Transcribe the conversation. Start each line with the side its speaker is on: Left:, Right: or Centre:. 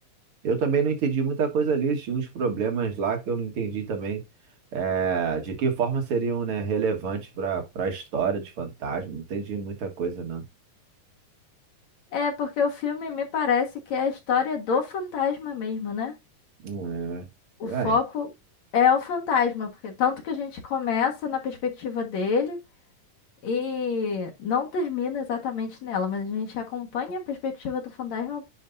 Right: Eu também não entendi muita coisa ali, tinha uns problemas lá que eu não entendi também é, de que forma seriam, né, relevantes para para a história de Fantasma. Não entendi muita coisa, não.
Left: É porque o filme me parece que é a história do fantasma mesmo, né?
Right: Não
Left: O foco
Right: é. é.
Left: é o fantasma, porque tanto que a gente começa na perspectiva dele. E não termina exatamente nela, mas a gente acompanha a perspectiva do fantasma,